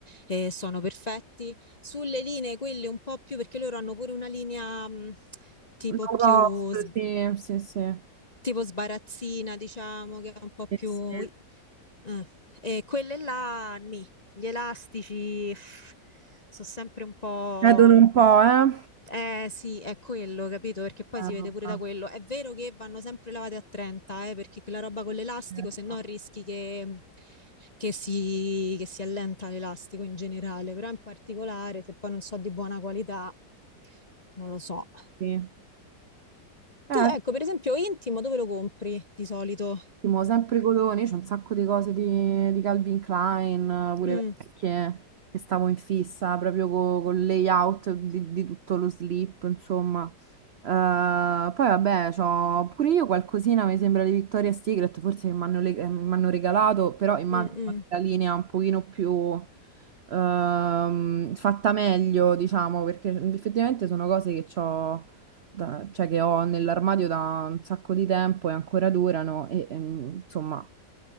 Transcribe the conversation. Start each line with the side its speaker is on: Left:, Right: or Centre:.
Left: e sono perfetti. Sulle linee, quelle un po' più, perché loro hanno pure una linea mm, tipo
Right: Low
Left: più
Right: cost,
Left: sbagliata
Right: sì, sì, sì.
Left: Tipo sbarazzina, diciamo, che è un po' più...
Right: Sì, sì.
Left: eh. E quelle là, nì. Gli elastici sono sempre un po'...
Right: Vedono un po', eh.
Left: Eh sì, è quello, capito? Perché poi
Right: Eh,
Left: si vede
Right: vabbè.
Left: pure da quello. È vero che vanno sempre lavate a 30, eh, perché quella roba con l'elastico,
Right: Certo,
Left: se no rischi che, che si, che si allenta l'elastico in generale, però in particolare, se poi non so di buona qualità, non lo so.
Right: Sì. Eh,
Left: Tu, ecco, per esempio, intimo, dove lo compri di solito?
Right: ottimo, sempre Codoni, c'è un sacco di cose di, di Calvin Klein, pure
Left: Mm,
Right: vecchie, che stavo in fissa proprio co- col layout di, di tutto lo slip, insomma. Eh, poi vabbè, c'ho pure io qualcosina, mi sembra di Victoria's Secret, forse che mi hanno le- eh, m'hanno regalato, però immagino
Left: mm, mm.
Right: che la linea un pochino più ehm, fatta meglio, diciamo, perché effettivamente sono cose che ho da- cioè che ho nell'armadio da un sacco di tempo e ancora durano e, e, insomma,